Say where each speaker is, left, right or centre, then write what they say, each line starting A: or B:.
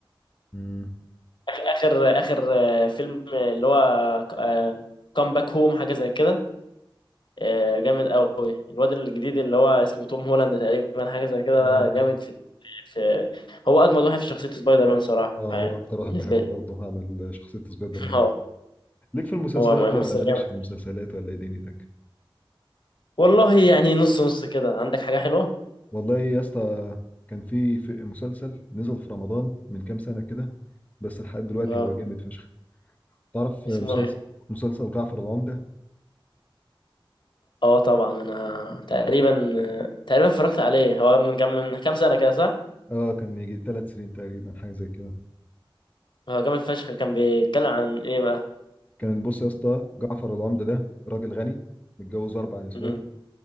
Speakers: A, on the left; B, on the left.
A: امم
B: آخ- اخر اخر آه، فيلم اللي هو كام باك هوم حاجه زي كده آه، جامد قوي الواد الجديد اللي هو اسمه توم هولاند تقريبا حاجه زي كده
A: اه
B: ده جامد في في هو اجمد واحد في شخصيه سبايدر مان صراحه
A: اه
B: يعني
A: هو اكتر واحد
B: بالنسبه
A: بحبه
B: لي
A: برضه هعمل شخصيه سبايدر
B: <laughs>
A: مان
B: هو
A: ليك في المسلسلات
B: هو ممثل
A: ولا مالكش
B: جامد
A: في المسلسلات ولا ايه دنيتك
B: والله يعني نص نص كده عندك حاجه حلوه
A: والله يا اسطى كان في في مسلسل نزل في رمضان من كام سنه كده بس لحد دلوقتي
B: اه
A: هو جامد فشخ تعرف
B: اسمه
A: مسلسل
B: ايه
A: مسلسل جعفر العمدة
B: اه طبعا انا تقريبا تقريبا اتفرجت عليه هو من كام من كام سنه كده صح
A: اه كان من يجي ثلاث سنين تقريبا حاجه زي كده
B: هو جامد فشخ كان بيتكلم عن ايه بقى
A: كان بص يا اسطى جعفر العمده ده راجل غني متجوز اربع نسوان
B: مم.